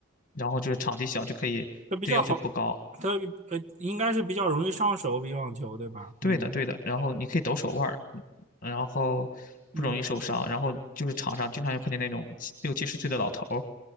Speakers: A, on the left (about 40°); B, on the right (about 30°).
A: 然后就是场地小就可以对要求不高，
B: 它比较好，它呃应该是比较容易上手，比网球对吧？
A: 对的对的，
B: 嗯
A: 然后你可以抖手腕儿，然后不容易受伤，
B: 嗯。
A: 然后就是场上经常就看见那种七六七十岁的老头儿，